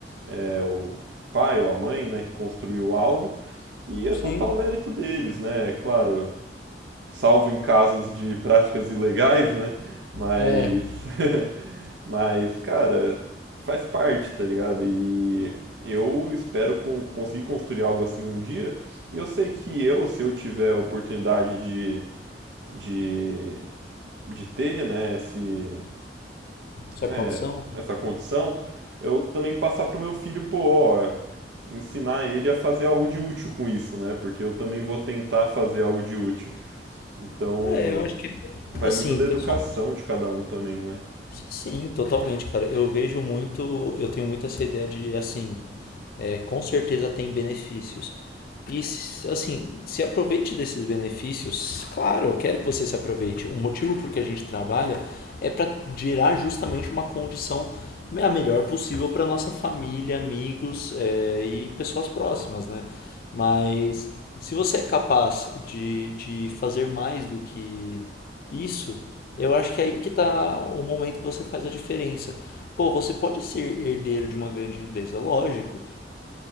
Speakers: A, on the right; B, on the left.
A: é o pai ou a mãe, né? Que construiu algo. E é
B: Sim,
A: total mérito deles, né? Claro, salvo em casos de práticas ilegais, né? Mas,
B: é,
A: <laughs> mas, cara, faz parte, tá ligado? E eu espero con- conseguir construir algo assim um dia. E eu sei que eu, se eu tiver a oportunidade de, de, de ter, né, esse,
B: essa
A: né,
B: condição.
A: essa condição, eu também passar pro meu filho, pô, ó, ensinar ele a fazer algo de útil com isso, né? Porque eu também vou tentar fazer algo de útil. Então,
B: É, eu acho que,
A: Vai
B: assim,
A: muito da educação
B: pessoal,
A: de cada um também, né?
B: sim, totalmente, cara. Eu vejo muito, eu tenho muito essa ideia de, assim, é, com certeza tem benefícios. E assim, se aproveite desses benefícios. Claro, eu quero que você se aproveite. O motivo por que a gente trabalha é para gerar justamente uma condição a melhor possível para nossa família, amigos é, e pessoas próximas, né? Mas se você é capaz de, de fazer mais do que isso, eu acho que é aí que está o momento que você faz a diferença. Pô, você pode ser herdeiro de uma grande empresa, lógico.